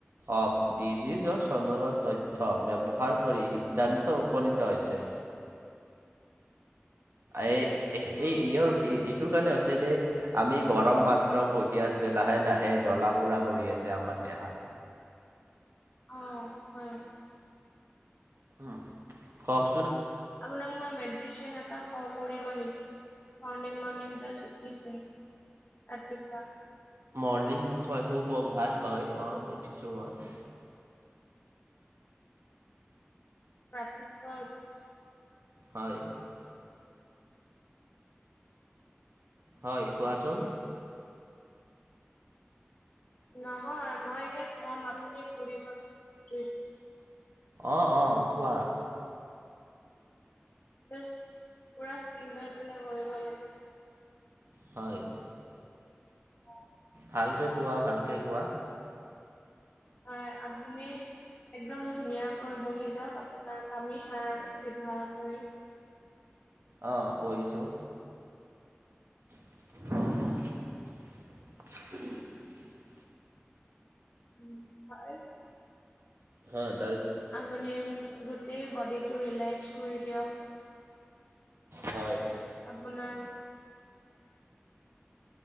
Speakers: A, on the right (about 70°); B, on the left (about 40°).
A: অব ডিজিজৰ চনৰ তথ্য ব্যৱহাৰ কৰি সিদ্ধান্ত উপনীত হৈছে। এ-এই
B: অ
A: ইয়ৰ
B: হয়
A: ইটোৰ কাৰণে হৈছে আমি গৰম পাত্ৰ বহি আছোঁ লাহে-লাহে জলা বুৰা কৰি আছে আমাৰ দেহা।
B: অ', হয়।
A: উম, কওঁক
B: আপোনাক মই মেডিটেচনৰ এটা কওঁ, কৰিব নেকি? মৰ্ণিং-মৰ্ণিং যাছ উঠিছে, ৰাতিপুৱা।
A: মৰ্ণিং নকয় সুপ্ৰভাত হয়, অ', সুধিছো মই।
B: <unintelligible>
A: হয়। হয় কোৱাচোন?
B: নহয় মই এতিয়া কম আপুনি কৰিব লাগে।
A: অ', অ', কোৱা।
B: পুৰা ফিল লৈ পেলাই কৰিব লাগে।
A: হয়।
B: অ।
A: ভালকে কোৱা ভালকে কোৱা।
B: অ আপুনি একদম ধুনীয়া। হয় বহি যাওঁক আপোনাৰ কামি সাৰ চিধা কৰি
A: অহ বহিছোঁ। <unintelligible>
B: উম হয়।
A: হ'ল।
B: আপুনি গোটেই বডিটো ৰিলেক্স কৰি দিয়ক।
A: হয়।
B: আপোনাৰ।